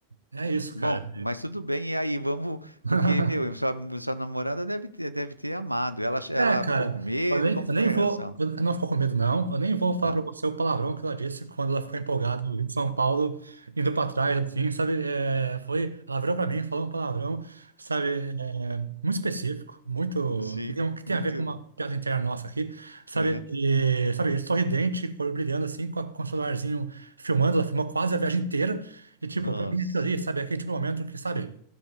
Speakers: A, on the right (about 80°); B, on the left (about 85°).
A: É, é isso,
B: Bom,
A: cara.
B: mas tudo bem, e aí, vamos,
A: <laughs>
B: porque, meu, sua, sua namorada deve ter, deve ter amado. Ela, ela
A: É, cara,
B: ficou com medo,
A: eu nem,
B: como
A: eu
B: foi
A: nem vou.
B: a reação?
A: Eu não ficou com medo, não. Eu nem vou falar
B: Não?
A: pra você o palavrão que ela disse quando ela ficou empolgada em São Paulo, indo pra trás, assim, sabe? É, foi. Ela virou pra mim, falou um palavrão, sabe? é, muito específico, muito.
B: Sim,
A: Que tem, um, que
B: muito.
A: tem a ver com uma piada interna nossa aqui, sabe?
B: Uhum.
A: E, sabe, sorridente, cor brilhando, assim, com, a, com o celularzinho filmando. Ela filmou quase a viagem inteira. E, tipo,
B: Nossa,
A: pra mim, aquilo ali, sabe? Aquele tipo de momento que, sabe?